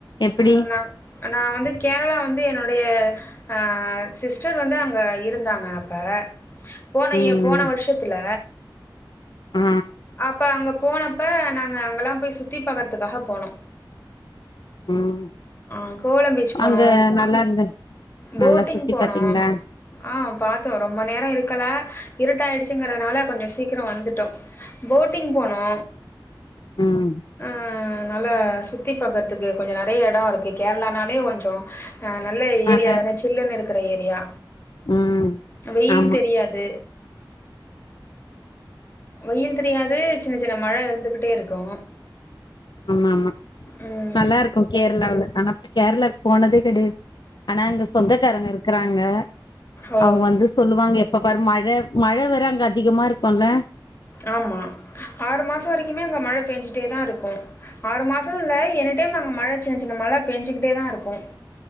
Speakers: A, on the left; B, on the left.
A: எப்டி
B: அ நா நாவந்து கேரளா வந்து என்னுடய அ சிஸ்டர் வந்து அங்க இருந்தாங்க அப்ப போன
A: ம்
B: யி போன வர்ஷத்துல
A: ஆ
B: அப்ப அங்க போனப்ப நாங்க அங்களா போய் சுத்தி பாக்கறதுக்காக போனோ
A: ம்
B: ஆ கோவலம் பீச் போனோ
A: அங்க நல்லா இருந்து
B: போட்டிங்
A: நல்லா சுத்தி
B: போனோ
A: பாத்தீங்களா
B: ஆ பாத்தோ ரொம்ப நேரோ இருக்கல இருட்டாயிடுச்சுங்கறதுனால கொஞ்சோ சீக்கரோ வந்துட்டோ போட்டிங் போனோ
A: ம்
B: அ நல்லா சுத்தி பாக்கறதுக்கு கொஞ்சோ நெறைய எடோருக்கு இங்க கேர்ளானாலே கொஞ்சோ அ நல்ல
A: நல்லா
B: ஏரியாதான சில்லுன்னு இருக்கற ஏரியா
A: ம்
B: வெயில்
A: ஆமா
B: தெரியாது வெயில் தெரியாது சின்ன சின்ன மழ இருந்துகிட்டேருக்கு
A: ஆமா ஆமா
B: ம்
A: நல்லாருக்கு கேர்ளாவுல ஆனா கேர்ளாக்கு போனதே கெடையாது ஆனா அங்க சொந்தக்காரங்க இருக்கறாங்க
B: ஓ
A: அவுங்க வந்து சொல்லுவாங்க எப்ப பாரு மழ மழ வேற அங்க அதிகமாருக்குல்ல
B: ஆம்மா ஆறு மாசோ வரைக்குமே அங்க மழ பெஞ்சிட்டேதாருக்கு ஆறு மாசோனு இல்ல எனி டைம் அங்க மழ சின்ன சின்ன மழ பெஞ்சுக்கிட்டேதாருக்கு